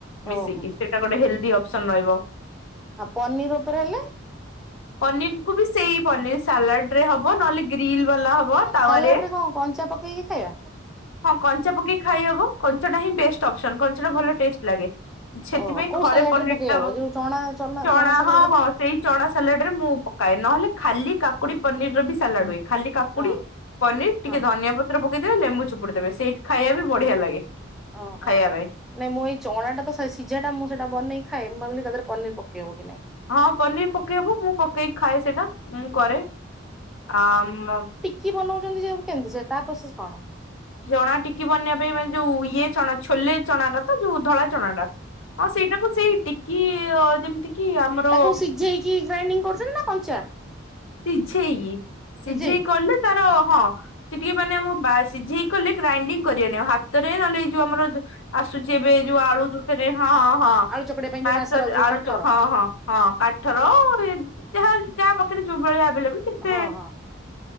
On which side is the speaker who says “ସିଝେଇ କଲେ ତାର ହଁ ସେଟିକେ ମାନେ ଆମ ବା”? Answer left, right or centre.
Left